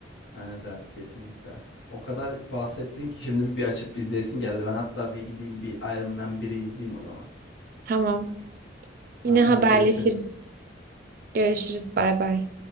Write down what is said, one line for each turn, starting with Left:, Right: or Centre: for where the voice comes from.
Left: Evet evet kesinlikle. O kadar bahsettin ki şimdi bir açıp izleyesim geldi. Ben hatta bir gideyim bir Iron Man 1'i izleyeyim o zaman.
Right: Tamam.
Left: Tamam
Right: Yine haberleşiriz.
Left: hadi görüşürüz.
Right: Görüşürüz. Bay bay.